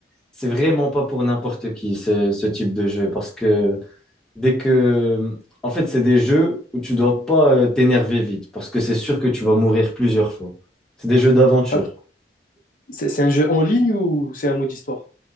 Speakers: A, in the centre; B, on the left (about 50°).
A: c'est vraiment pas pour n'importe qui ce, ce type de jeu parce que dès que en fait c'est des jeux où tu dois pas euh, t'énerver vite parce que c'est sûr que tu vas mourir plusieurs fois. C'est des jeux d'aventure.
B: Att- C'est c'est un jeu en ligne ou c'est un mode histoire?